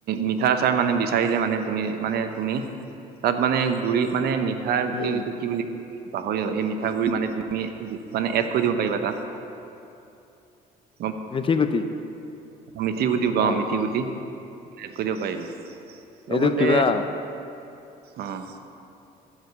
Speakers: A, on the right (about 65°); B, on the left (about 30°).
A: মিঠা আচাৰ মানে, বিচাৰিলে মানে তুমি মানে তুমি তাত মানে গুৰি মানে মিঠা
B: উম
A: এইটো কি বুলি পাহৰি সেই মিঠা গুৰি মানে, তুমি মানে এড কৰি দিব পাৰিবা তাত। <inaudible>
B: মিথি গুটি।
A: অ' মিথি গুটি ক
B: অ
A: মিথি
B: অ
A: গুটি কৰিব পাৰিবা। লগতে
B: এইটো কিবা
A: অ'